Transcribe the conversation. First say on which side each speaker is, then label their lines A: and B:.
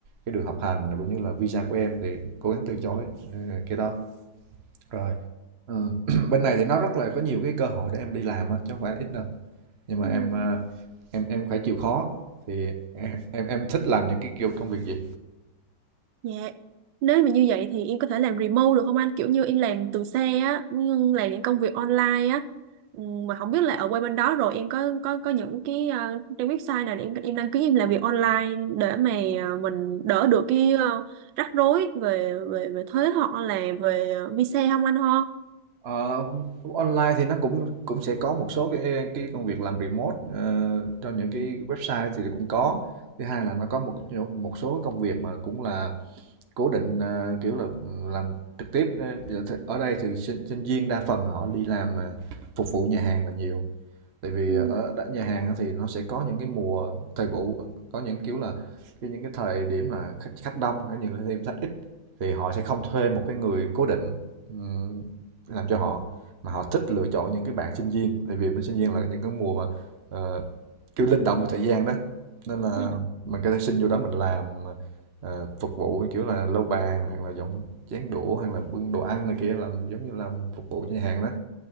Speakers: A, on the right; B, on the right.
A: cái đường học hành cũng như là visa của em thì cố gắng từ chối ờ, cái đó rồi ừ. <clears throat> <laughs> bên này
B: dạ
A: thì nó rất là có nhiều cái cơ hội để em đi làm á chứ không phải ít đâu nhưng mà
B: Ừ.
A: em ờ, em em phải chịu khó thì em em em thích làm những cái kiểu công việc gì
B: Dạ. Nếu mà như vậy thì em có thể làm remote được không anh? Kiểu như em làm từ xa á, nhưng làm những công việc online á. Ừ, Mà không biết là ở qua bên đó rồi em có có có những cái ờ, trang website nào để em em đăng ký em làm việc online để mà ờ, mình đỡ được cái ờ, rắc rối về về về thuế hoặc là về ờ, visa không anh ho?
A: Ờ, online thì nó cũng cũng sẽ có một số cái cái công việc làm remote ờ, cho những cái website thì cũng có. Thứ hai là nó có một một số công việc mà cũng là cố định ờ, kiểu là ừ, làm trực tiếp Ờ, ở đây thì sinh, sinh viên đa phần họ đi làm ờ, phục vụ nhà hàng là nhiều tại vì
B: Ừ,
A: ở nhà hàng thì nó sẽ có những cái mùa thời vụ có những kiểu là cái những cái thời điểm là khách khách đông hay những cái thời điểm khách ít thì họ sẽ không thuê một cái người cố định ừm, làm cho họ mà họ thích lựa chọn những cái bạn sinh viên tại vì bên sinh viên là những cái mùa mà ờ, kiểu linh động về thời gian đó nên là
B: vậy là-
A: mình có thể xin vô đó mình làm ờ, phục vụ kiểu là lau bàn hoặc là dọn chén đũa hoặc là bưng đồ ăn này kia làm giống như làm phục vụ cho nhà hàng đó